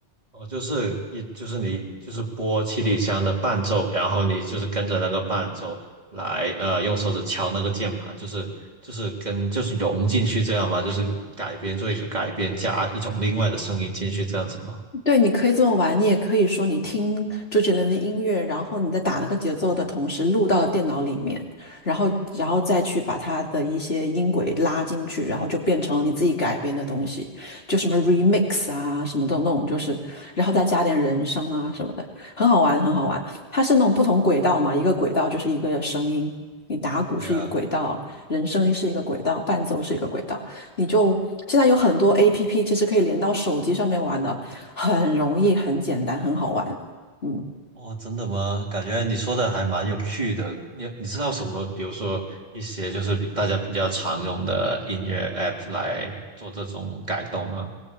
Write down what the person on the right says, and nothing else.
哦，就是一就是你就是播七里香的伴奏，然后你就是跟着那个伴奏来，呃，用手指敲那个键盘，就是就是跟就是融进去这样嘛，就是改编做一个改编，加一种另外的声音进去这样子吗？
对啊，
哦，真的吗？感觉你说的还蛮有趣的。你你知道什么？比如说一些就是比大家比较常用的音乐 app 来做这种改动吗？